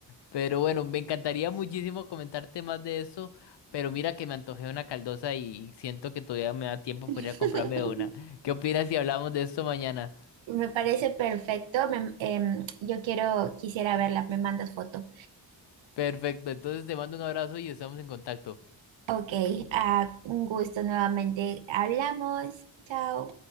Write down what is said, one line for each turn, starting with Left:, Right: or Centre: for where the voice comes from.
Left: Pero bueno, me encantaría muchísimo comentarte más de eso, pero mira que me antojé una caldosa y siento que todavía me da tiempo
Right: <laughs>
Left: para ir a comprarme una. ¿Qué opinas si hablamos de esto mañana?
Right: Me parece perfecto. me- em, yo quiero, quisiera verla, me mandas foto.
Left: Perfecto, entonces te mando un abrazo y estamos en contacto.
Right: Ok, ah, un gusto nuevamente. Hablamos. Chao.